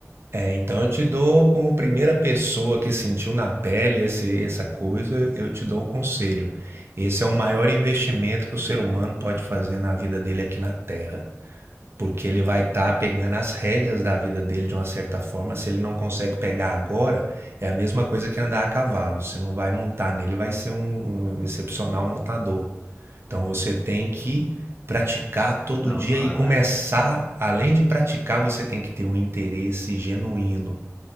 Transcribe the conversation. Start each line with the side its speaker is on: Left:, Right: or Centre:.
Right: É, então eu te dou como primeira pessoa que sentiu na pele esse, essa coisa, eu te dou um conselho. Esse é o maior investimento que o ser humano pode fazer na vida dele aqui na Terra, porque ele vai estar pegando as rédeas da vida dele de uma certa forma. Se ele não consegue pegar agora, é a mesma coisa que andar a cavalo. Você não vai montar nele, vai ser um, um excepcional montador. Então você tem que praticar todo
Left: Não,
Right: dia
Left: claro,
Right: e começar,
Left: é.
Right: além de praticar, você tem que ter um interesse genuíno